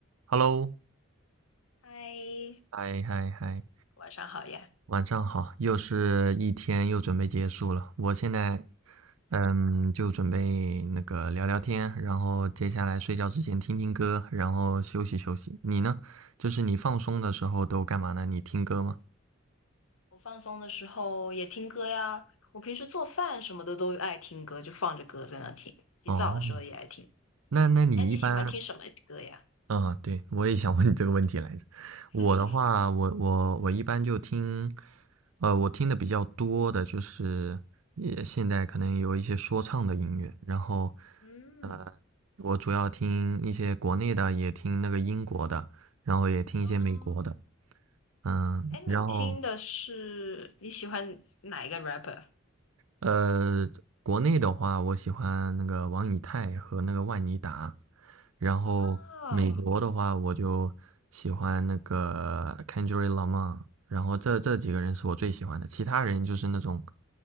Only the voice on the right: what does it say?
Hello，
嗨嗨嗨，
晚上好，又是一天又准备结束了。我现在，嗯，就准备那个聊聊天，然后接下来睡觉之前听听歌，然后休息休息。你呢？就是你放松的时候都干嘛呢？你听歌吗？
哦，那那你一般，
嗯，对，我也想问你这个问题来着。我的话，
我我我一般就听，呃，我听的比较多的就是，也现在可能有一些说唱的音乐，然后，
呃，我主要听一些国内的，也听那个英国的，然后也听一些美国的，
嗯，
然后
呃，国内的话，我喜欢那个王以太和那个万妮达，然后美国的话，
我就喜欢那个 Kendrick Lamar，然后这这几个人是我最喜欢的，其他人就是那种，